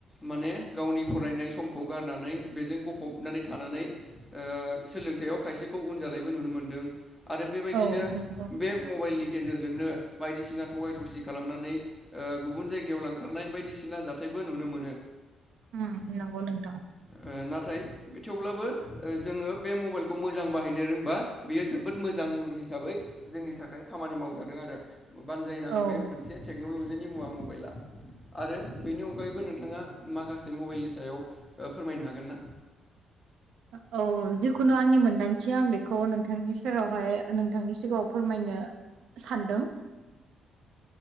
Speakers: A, on the left; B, on the right.
A: माने गावनि फरायनाय समखौ गारनानै बेजों गफबनानै थानानै ओ सोल थायाव खायसेखौ उन जानायबो नुनो मोनदों आरो बेबायदिनो
B: औ नंगौ
A: बे मबाइलनि गेजेरजोंनो बायदिसिना थगाय थसि खालामनानै ओ गुबुन जायगायाव लांखारनाय बायदिसिना जाथायबो नुनो मोनो
B: उम्म नोंगौ नोंथां
A: ओ नाथाय थेवब्लाबो ओ जोङो बे मबाइलखौ मोजां बाहायनो रोंबा बेयो जोबोद मोजां ओ हिसाबै जोंनि थाखाय खामानि मावजादों आरो बानजायनां
B: औ
A: बे मोनसे टेक नलजिनि मुवा मबेला आरो बेनि अनगायैबो नोंथाङा माखासे मबेलनि सायाव फोरमायनो हागोन ना?
B: <inaudible> औ जिखुनु आंनि मोनदांथि आं बेखौ नोंथांनि सेरावहाय नोंथांनि सिगाङाव फोरमायनो सानदों